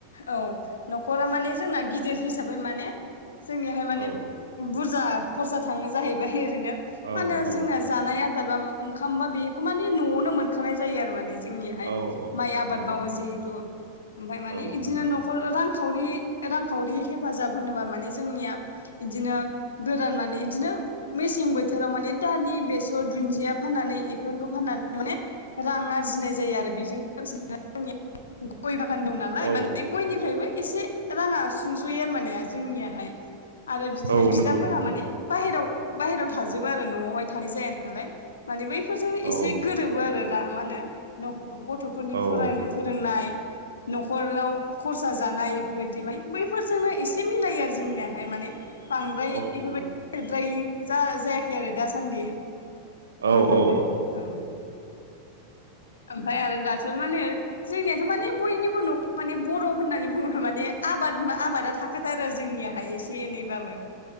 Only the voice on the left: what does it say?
औ न'खरा माने जोंना गिदिर हिसाबै माने जोंनिहाय माने
बुरजा खरसा थाङो जाहैबाय ओरैनो
मानो
जोंना जानाय आदार बा ओंखाम बा बेखौ माने न'आवनो मोनखानाय जायो आरो माने जोंनिहाय
माइ आबाद
मावो जिहेतु ओमफाय माने
बिदिनो
न'खर रांखावरि-रांखावरि हेफाजाब होनोबा माने जोंनिया इदिनो गोरान माने इदिनो मेसें बोथोराव माने दालि बेसर दुन्दिया फाननानै इफोरखौ फाननानै माने रां आरजिनाय जायो आरो बेजों <unintelligible> गय बागान दं नालाय
माने गयनिफ्रायबो एसे राङा सुंस'यो आरो माने जोंनियाहाय आरो बिदिनो
बिदाफोरा
माने बाहेरायाव-बाहेरायाव थाजोबो आरो न'आवहाय थानाय जाया। नालाय माने बैफोरजों
एसे गोरोबो आरो दा माहोनो गथ'फोरनि
फराय फोरोंनाय न'खराव खरसा जानाय बेफोरबायदि माने बैफोरजोंनो एसे मिलायो आरो जोंनियाहाय माने' बांद्राय
बेफोरबायदि
थोद्रायि जा-जायाखै आरो दासान्दि
नोंगौ
औ। ओमफ्राय आरो दाथ' माने जोंनियाथ' माने बयनिबो न'खराव माने बर' होननानै बुङोब्ला माने आबादा-आबादा था खाथारो जोंनियाहाय एसे एनैबाबो।